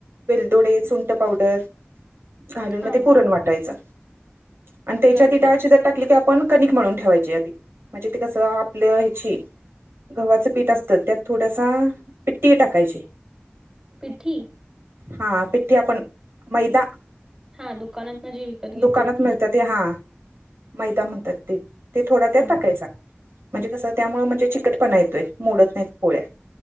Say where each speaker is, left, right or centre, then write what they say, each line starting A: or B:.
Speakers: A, on the right; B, on the right.
A: वेलदोडे, सुंट पावडर घालून
B: हां,
A: मग ते पुरण वाटायचं. आणि तेच्यात
B: हां,
A: ती
B: हां.
A: डाळ शिजत टाकली की, आपण कनिक म्हणून ठेवायचे आधी म्हणजे ते कस आपल्या ह्याची गव्हाच पीठ असतं त्यात थोडसा पिट्टी टाकायची.
B: पिठ्ठठी?
A: हा, पिठ्ठी आपण, मैदा.
B: हा दुकानात न, जी विकत
A: दुकानात
B: घेतोय ती.
A: मिळतात ते हा, मैदा म्हणतात ते, ते थोडा त्यात
B: हां,
A: टाकायचा. म्हणजे कसं, त्यामुळे म्हणजे, चिकटपणा येतोय, मोडत नाही पोळ्या.